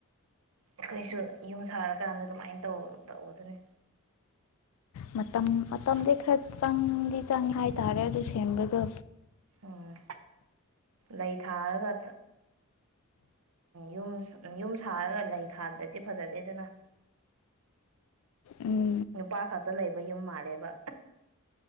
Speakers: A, on the right; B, on the left.
A: ꯑꯩꯈꯣꯏꯁꯨ ꯌꯨꯝ ꯁꯥꯔꯀꯥꯟꯗ ꯑꯗꯨꯃꯥꯏꯅ ꯇꯧꯕꯗꯨꯅꯤ
B: ꯃꯇꯝ ꯃꯇꯝꯗꯤ ꯈꯔ ꯆꯪꯗꯤ ꯆꯪꯏꯦ ꯍꯥꯏꯇꯥꯔꯦ ꯑꯗꯨ ꯁꯦꯝꯕꯗꯣ
A: ꯎꯝ ꯂꯩ ꯊꯥꯔꯒ ꯌꯨꯝ ꯌꯨꯝ ꯁꯥꯔꯒ ꯂꯩ ꯊꯥꯕ꯭ꯔꯗꯤ ꯐꯖꯗꯦꯗꯅ
B: ꯎꯝ
A: ꯅꯨꯄꯥ ꯈꯛꯇ ꯂꯩꯕ ꯌꯨꯝ ꯃꯥꯜꯂꯦꯕ